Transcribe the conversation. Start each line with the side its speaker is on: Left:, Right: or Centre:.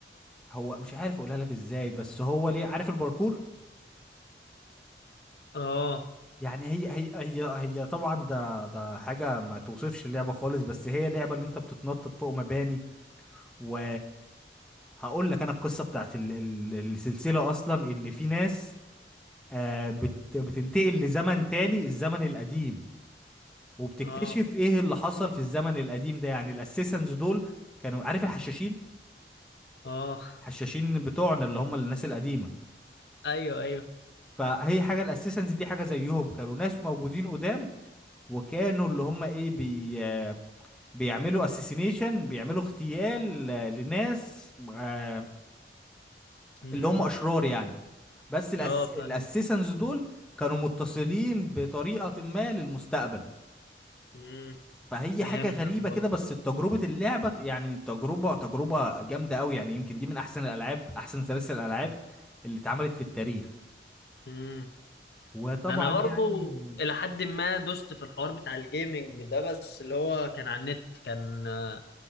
Centre: هو مش عارف اقولها لك ازاي بس هو ليه عارف الباركور
Left: اه
Centre: يعني هي هي هي هي طبعا ده ده حاجة ما توصفش اللعبة خالص بس هي لعبة اللي انت بتتنطط فوق مباني و هقول لك انا القصة بتاعت ال- ال- السلسلة اصلا ان في ناس آه، بت- بتنتقل لزمن تاني الزمن القديم وبتكتشف
Left: اه
Centre: ايه اللي حصل في الزمن القديم ده يعني الاسيسنز دول كانوا عارف الحشاشين
Left: اه
Centre: الحشاشين بتوعنا اللي هم الناس القديمة
Left: ايوه ايوه
Centre: فهي حاجة الاسيسنز دي حاجة زيهم كانوا ناس موجودين قدام وكانوا اللي هم ايه بي آه، بيعملوا اسيسينيشن بيعملوا اغتيال آه، لناس آه،
Left: امم
Centre: اللي هم اشرار يعني بس الأس...
Left: اه فاهم
Centre: الاسيسنز دول كانوا متصلين بطريقة ما للمستقبل
Left: امم
Centre: فهي
Left: فهمتك
Centre: حاجة غريبة
Left: اه
Centre: كده بس تجربة اللعبة يعني تجربة تجربة جامدة أوي يعني يمكن دي من أحسن الألعاب أحسن سلاسل الألعاب اللي اتعملت في التاريخ
Left: مم.
Centre: وطبعا
Left: انا برضو
Centre: يعني
Left: الى حد ما دوست في الحوار بتاع الجيمنج ده بس اللي هو كان على النت كان آه،